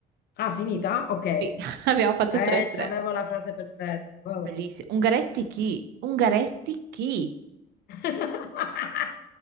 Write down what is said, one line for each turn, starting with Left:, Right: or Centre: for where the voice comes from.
Left: finita? Ok.
Right: Sì, <laughs> abbiamo fatto
Left: Eh,
Right: 3-3.
Left: c'avevo la frase perfetta. Vabbè.
Right: Bellissimo. Ungaretti chi? Ungaretti chi?
Left: <laughs>